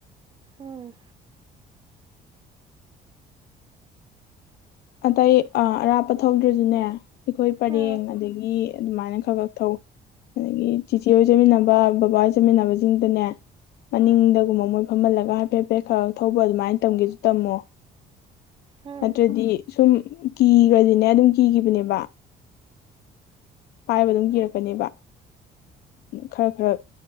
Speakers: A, on the right (about 30°); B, on the left (about 70°).
A: ꯎꯝ
B: ꯑꯇꯩ ꯑꯔꯥꯞꯄ ꯊꯧꯗ꯭ꯔꯁꯨꯅꯦ ꯑꯩꯈꯣꯏ ꯄꯔꯦꯡ
A: ꯎꯝ
B: ꯑꯗꯒꯤ ꯑꯗꯨꯃꯥꯏꯅ ꯈꯔ ꯈꯛ ꯊꯧ ꯑꯗꯒꯤ ꯆꯤꯆꯦ ꯍ ꯑꯣꯏ ꯆꯠꯃꯤꯟꯅꯕ ꯕꯕꯥ ꯍꯣꯏ ꯆꯠꯃꯤꯟꯅꯕꯁꯤꯡꯗꯅꯦ ꯃꯅꯤꯡꯗꯒꯨꯝꯕ ꯃꯣꯏ ꯐꯝꯍꯜꯂꯒ ꯍꯥꯏꯐꯦꯠ ꯍꯥꯏꯐꯦꯠ ꯈꯔ ꯊꯧꯕ ꯑꯗꯨꯃꯥꯏꯅ ꯇꯝꯒꯦꯁꯨ ꯇꯝꯃꯣ
A: ꯎꯝ
B: ꯅꯠꯇ꯭ꯔꯗꯤ ꯁꯨꯝ ꯀꯤꯈ꯭ꯔꯗꯤꯅꯦ ꯑꯗꯨꯝ ꯀꯤꯈꯤꯕꯅꯦꯕ ꯍꯥꯏꯕ ꯑꯗꯨꯝ ꯀꯤꯔꯛꯀꯅꯦꯕ ꯈꯔ ꯈꯔ